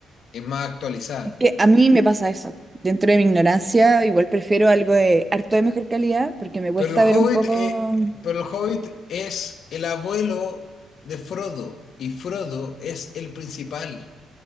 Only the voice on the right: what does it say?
Es que a mí me pasa eso. Dentro de mi ignorancia, igual prefiero algo de harto de mejor calidad, porque me cuesta
ver un poco.